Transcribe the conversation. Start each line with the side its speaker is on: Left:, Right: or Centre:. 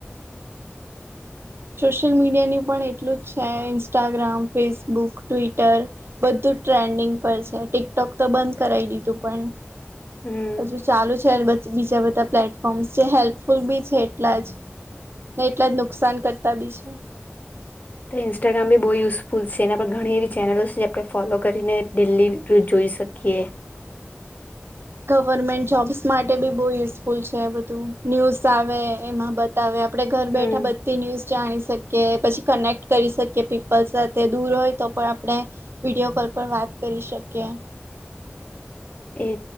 Right: સોશિયલ મીડિયાનું પણ એટલું જ છે, ‌ઇન્સ્ટાગ્રામ, ફેસબુક, ટ્વિટર, બધું ટ્રેન્ડિંગ પર છે, ટિકટોક તો બંધ કરાવી દીધું પણ
Left: હમ
Right: હજુ ચાલુ છે <inaudible> બીજા બધા પ્લે ફોન્સ જે હેલ્પફુલ બી છે, એટલા જ ને એટલા જ નુકસાન કરતા બી છે.
Left: ઇન્સ્ટાગ્રામ બી બહુ યુઝફુલ છે, એના પર ઘણી એવી ચેનલો છે આપણે ફોલો કરીને ડેલી જોઈ શકીએ.
Right: ગવર્મેન્ટ જોબ્સ માટે બી બહુ યુઝફુલ છે, બધું ન્યૂઝ આવે એમાં બ તાવે હવે આપણે ઘર
Left: હમ
Right: બેઠા બધ તે ન્યૂઝ જાણી શકીએ પછી કનેક્ટ કરી શકીએ પીપલ સાથે દૂર હોય તો પણ આપણે વિડીયો કોલ પર વાત કરી શકીએ.
Left: એજ